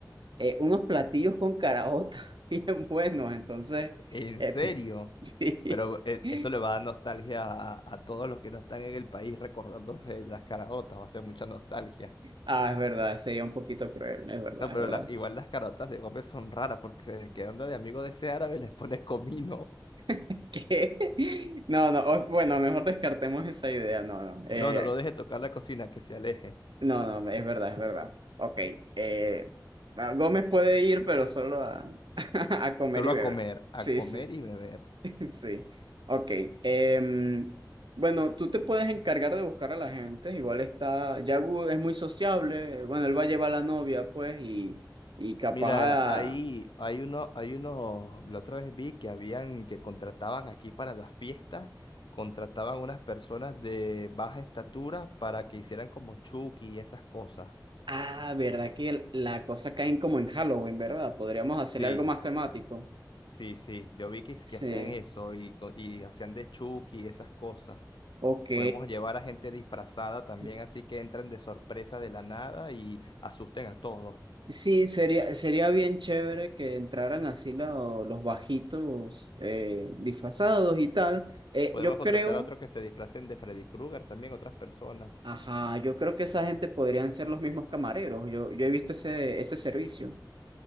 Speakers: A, on the right; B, on the left.
A: eh, unos platillos con caraota <laughs> bien buenos, entonces,
B: En
A: este,
B: serio.
A: <laughs>
B: Pero eh,
A: sí.
B: eso le va a dar nostalgia a, a todos los que no están en el país recordándose de las carajotas. Va a ser mucha nostalgia.
A: Ah, es verdad, sería un poquito cruel, es verdad,
B: No, pero
A: es verdad.
B: las- igual las carajotas de Gómez son raras porque quedando de amigo de ese árabe les pone comino.
A: <laughs> ¿Qué? No, no, o- bueno, mejor descartemos esa idea, no, no, eh,
B: No, no lo deje tocar la cocina, que se aleje.
A: no, no, es verdad, es verdad. Ok, eh, no, Gómez puede ir, pero solo a, <laughs> a comer
B: Solo
A: y
B: a
A: beber.
B: comer,
A: Sí,
B: a comer
A: sí.
B: y beber.
A: <laughs> Sí, ok. Em, bueno, tú te puedes encargar de buscar a la gente, igual está, Yagu es muy sociable, bueno, él va a llevar a la novia, pues, y, y capaz
B: Mira, ahí
A: a...
B: hay uno, hay unos, la otra vez vi que habían, que contrataban aquí para las fiestas, contrataban unas personas de baja estatura para que hicieran como Chucky y esas cosas.
A: Ah, ¿verdad que el- la cosa cae como en Halloween, ¿verdad? Podríamos hacerle
B: Sí,
A: algo más temático.
B: sí, sí. Yo vi que, es-
A: Sí,
B: que hacían eso y, co- y hacían de Chucky y esas cosas.
A: ok.
B: Podemos llevar a gente disfrazada también,
A: Es-
B: así que entran de sorpresa de la nada y asusten a todos.
A: Sí, sería, sería bien chévere que entraran así lo- los bajitos eh, disfrazados y tal. Eh,
B: Podemos
A: yo
B: contratar
A: creo...
B: a otros que se disfracen de Freddy Krueger también, otras personas.
A: Ajá, yo creo que esa gente podrían ser los mismos camareros. Yo, yo he visto ese, ese servicio.